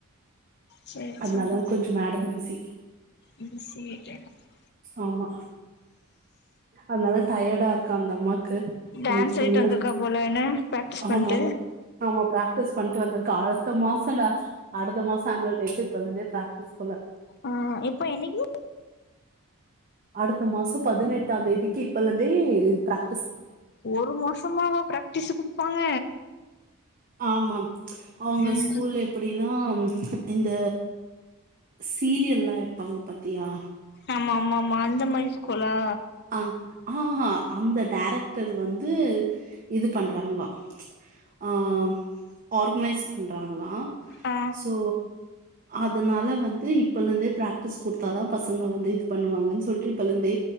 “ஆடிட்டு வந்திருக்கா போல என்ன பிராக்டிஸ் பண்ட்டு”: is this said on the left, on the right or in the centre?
Left